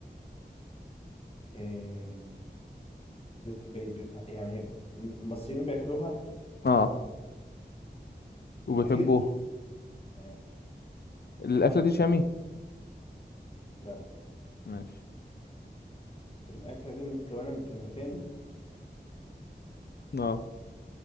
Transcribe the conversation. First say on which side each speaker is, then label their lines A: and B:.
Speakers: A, on the left (about 30°); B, on the left (about 60°).
A: إيه بت... ب- بت... يعني هي- المصريين بياكلوها
B: اه وبيحبوه
A: كتير ماشي
B: الأكلة دي شامي
A: لا
B: ماشي
A: الأكلة دي متكونة من كلمتين
B: اه